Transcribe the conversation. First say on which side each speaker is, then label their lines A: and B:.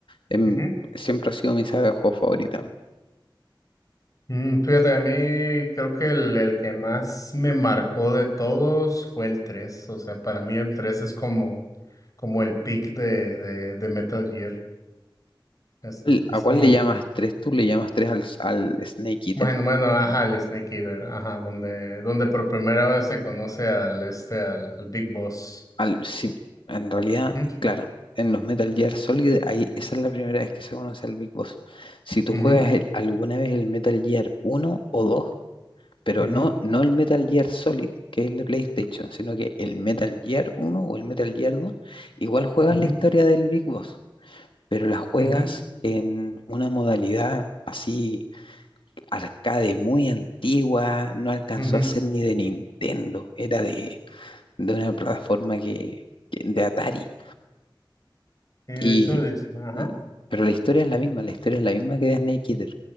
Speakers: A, on the left; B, on the left.
A: em,
B: Ujú.
A: siempre ha sido mi saga de juegos favorita.
B: Mm, fíjate, a mí creo que el, el que más me marcó de todos fue el tres O sea, para mí el 3 es como, como el pick de, de, de Metal Gear. Es,
A: ¿Cuál-
B: es
A: ¿A cuál
B: como,
A: le llamas tres? ¿Tú le llamas tres al, al Snake Eater?
B: bueno, bueno, ajá, el Snake Eater, ajá, donde, donde por primera vez se conoce al este, al, al Big Boss.
A: Al, sí, en realidad,
B: Ujú,
A: claro, en los Metal Gear Solid, ahí, esa es la primera vez que se conoce al Big Boss. Si tú
B: ujú,
A: juegas el- alguna vez el Metal Gear uno o dos pero
B: ujú,
A: no, no el Metal Gear Solid, que es el de PlayStation, sino que el Metal Gear uno o el Metal Gear dos igual juegas
B: ujú,
A: la historia del Big Boss, pero la juegas
B: ujú,
A: en una modalidad así arcade muy antigua, no alcanzó
B: ujú.
A: a ser ni de Nintendo, era de, de una plataforma que, que- de Atari.
B: Y de
A: Y,
B: hecho, de hecho, ajá.
A: pero la historia es la misma, la historia es la misma que de Snake Eater.